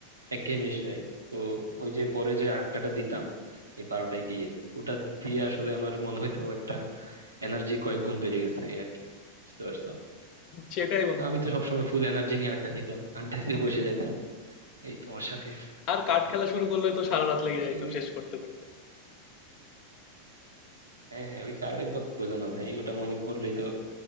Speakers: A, on the right; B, on the left.
A: একঘেয়েমি এসে যায় তো ওই যে পরে যে আড্ডাটা দিতাম এই বারোটায় গিয়ে ওটা দিয়ে আসলে আমার মনে হয়তো একটা এনার্জি কয়েক গুণ বেড়ে গেছে এই আর কি বুঝতে পারছো
B: সেটাই বন্ধু
A: তো আমি তো সবসময় ফুল এনার্জি নিয়ে আড্ডা দিতাম আড্ডা দিতে বসে যেতাম এই তোমার সাথে
B: আর কাঠ
A: এই
B: খেলা শুরু করলে তো সারা রাত লেগে
A: মানে
B: যাইতো
A: ওই
B: শেষ করতে করতে
A: হ্যাঁ হ্যাঁ ওই কার্ডের কথা বললো না ভাই ওটা মনে পড়লেই তো